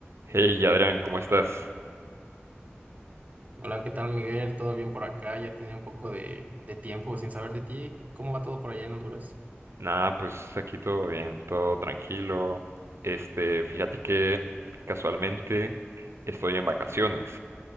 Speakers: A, on the right; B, on the right.
A: Hey Adrián, ¿cómo estás?
B: Hola, ¿qué tal, Miguel? ¿Todo bien por acá? Ya tenía un poco de, de tiempo sin saber de ti. ¿Cómo va todo por allá en Honduras?
A: Nada, pues aquí todo bien, todo tranquilo. Este, fíjate que casualmente estoy en vacaciones